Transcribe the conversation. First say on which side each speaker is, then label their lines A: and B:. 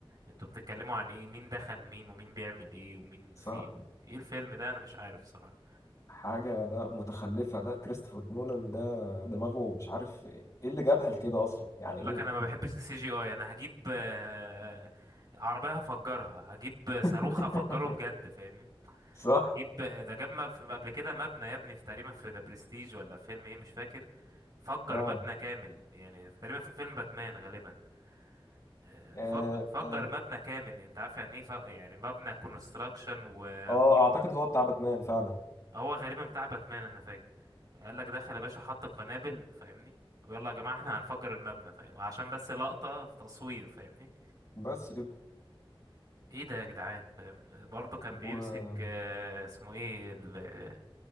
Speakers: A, on the right; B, on the left.
A: انتوا بتتكلموا عن ايه مين دخل مين ومين بيعمل ايه ومين
B: صح
A: فين ايه الفيلم ده انا مش عارف الصراحه
B: حاجة لا متخلفة لا كريستوفر نولان ده دماغه مش عارف ايه اللي جابها لكده اصلا يعني
A: يقول
B: ايه
A: لك انا ما بحبش السي جي اي انا هجيب آه، عربيه هفجرها هجيب صاروخ
B: <laughs>
A: هفجره بجد فاهمني
B: صح
A: هجيب ده جاب مب- في- قبل كده مبنى يا ابني في تقريبا في ذا برستيج ولا في فيلم ايه مش فاكر فجر
B: اه
A: مبنى كامل يعني تقريبا في فيلم باتمان غالبا آه،
B: آه،
A: فج فجر
B: آه.
A: مبنى كامل انت عارف يعني ايه ف- يعني مبنى كونستراكشن وبوم
B: اه اعتقد هو بتاع باتمان فعلا
A: هو غالبا بتاع باتمان انا فاكر قال لك دخل يا باشا حط القنابل فاهمني ويلا يا جماعه احنا هنفجر المبنى فاهم عشان بس لقطه في تصوير فاهمني
B: بس كده
A: ايه ده يا جدعان فاهم برضه كان
B: و...
A: بيمسك آه، اسمه ايه ال-